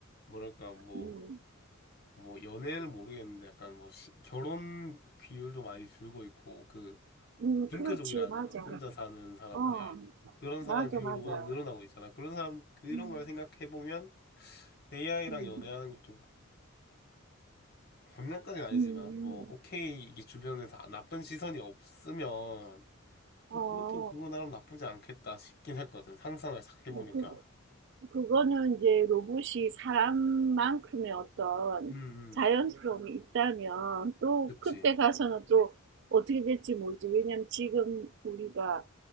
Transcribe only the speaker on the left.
뭐랄까 뭐
뭐 연애는 모르겠는데 약간 뭐 시- 결혼 비율도 많이 줄고 있고 그
핑크족이라
하잖아
혼자 사는 사람들
그런
사람 비율도
워낙 늘어나고 있잖아 그런 사람 그런
걸 생각해 보면 AI랑
연애하는 거좀 장난까지는 아니지만
뭐 오케이 이게 주변에서 나쁜 시선이 없으면
또 그것도 그거 나름 나쁘지 않겠다 싶긴 했거든 상상을 싹
해보니까
음, 음.
그치